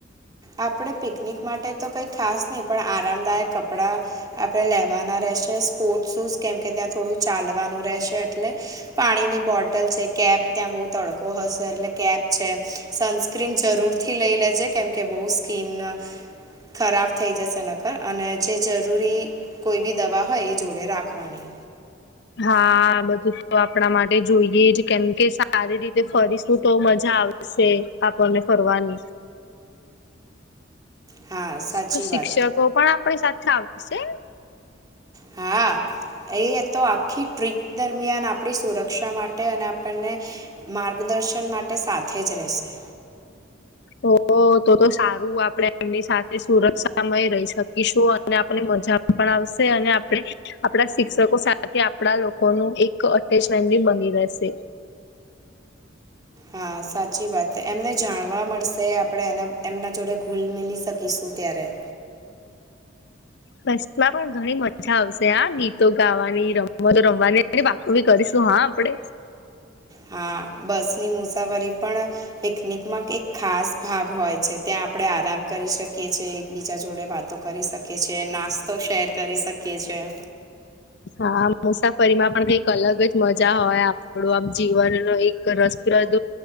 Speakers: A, on the right; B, on the left.
A: આપણે પિકનિક માટે તો કંઈ ખાસ નહી પણ આરામદાયક કપડાં આપણે લેવાના રહેશે સ્પોર્ટ શૂઝ કેમ કે ત્યાં થોડું ચાલવાનું રહેશે એટલે પાણીની બોટલ છે કેપ ત્યાં બહુ તડકો હશે એટલે કેપ છે સન્સ સ્ક્રીન જરૂરથી લઈ લેજે કેમ કે બહુ સ્કીન ખરાબ થઈ જશે નકર અને જે જરૂરી કોઈ બી દવા હોય એ જોડે રાખવાની
B: હા બધું તો આપણા માટે જોઈએ જ કેમકે સારી રીતે ફરીશું તો મજા આવે છે આપણને ફરવાની
A: હા સાચી
B: શું શિક્ષકો
A: વાત
B: પણ આપણી સાથે આવશે.
A: હા. એ તો આખી ટ્રીપ દરમિયાન આપણી સુરક્ષા માટે અને આપણને માર્ગદર્શન માટે સાથે જ રહેશે.
B: ઓ ઓ તો તો સારું આપણે એમની સાથે સુરક્ષા માય રહી શકીશું અને આપને મજા પણ આવશે અને આપણે આપણા શિક્ષકો સાથે આપણા લોકોનું એક અટેચમેન્ટ બી બની રહેશે
A: હા સાચી વાત એમને જાણવા મળશે આપણે એના એમના જોડે ગુલ મિલી શકીશું ત્યારે
B: બસ માં પણ ઘણી મજા આવશે આ ગીતો ગાવાની રમતો રમવાની અને ઉભી કરીશું હા આપડે
A: હા બસની મુસાફરી પણ પિકનિકમાં એક ખાસ ભાગ હોય છે ત્યાં આપણે આરામ કરી શકીએ. કીએ છીએ એકબીજા જોડે વાતો કરી શકીએ છીએ નાસ્તો શેર કરી શકીએ છીએ.
B: હા આમ મુસાફરીમાં પણ કઈક અલગ જ મજા હોય આપણું આમ જીવન નુ એક રસપ્રદ